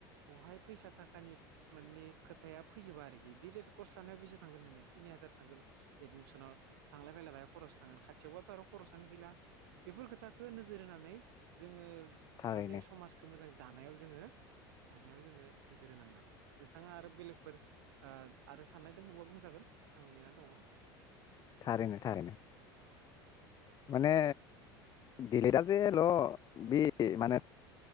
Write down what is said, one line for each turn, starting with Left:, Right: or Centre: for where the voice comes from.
Right: बहाय फैसा थाखानि मानि खोथाया फैजोबा आरोखि डिलेड कर्स लानायाव बेसे थांगोन नोंनिया तिनि हाजार थांगोन एदमिसनाव थांलाय फैलाय बहाय खरस थांगोन खाथियावबाथ' आरो खरसनो गैला बेफोर खोथाखौ नोजोर होनानै जोङो।
Left: थारैनो
Right: माने समाजखौ मोजां। दानायाव जोङो दानायाव जोङो नोजोर होनांगोन आरो नोंथाङा आरो बेलेगफोर ओ-आरो साननाय दंबावबा बुंजागोन आं नेनानै दङ।
Left: थारैनो थारैनो माने दिलेटआ जेेल' बे माने